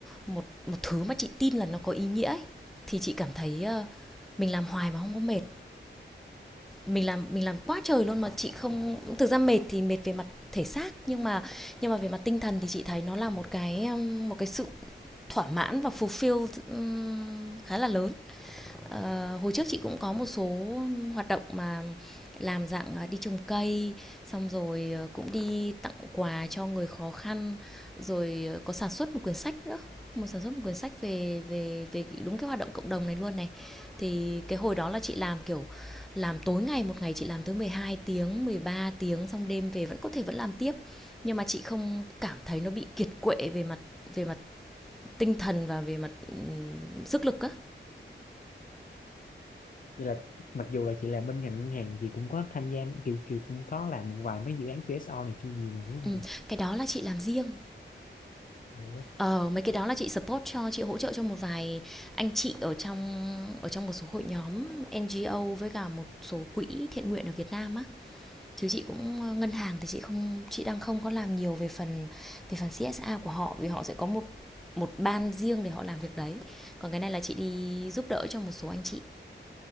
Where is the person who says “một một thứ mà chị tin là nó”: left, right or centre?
Centre